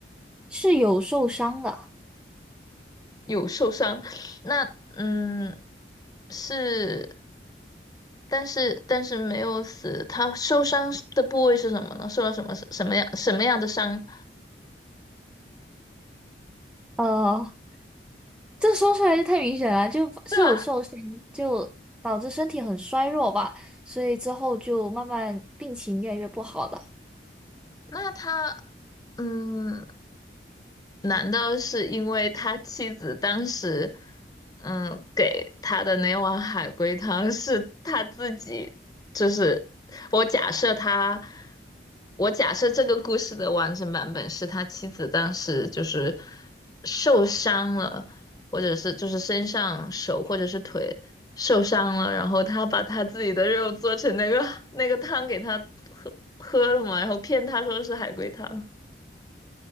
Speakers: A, in the centre; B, on the left.
A: 是有受伤的，
B: 有受伤，那嗯是，但是但是没有死，他受伤的部位是什么呢？受到什么什么样什么样的伤？
A: 呃，这说出来就太明显了，就是有受伤，
B: 对吧？
A: 就导致身体很衰弱吧，所以之后就慢慢病情越来越不好了。
B: 那他嗯，难道是因为他妻子当时，嗯，给他的那碗海龟汤是他自己？就是我假设他，我假设这个故事的完整版本是他妻子当时就是受伤了，或者是就是身上手或者是腿受伤了，然后他把他自己的肉做成那个那个汤给他喝喝了嘛，然后骗他说是海龟汤。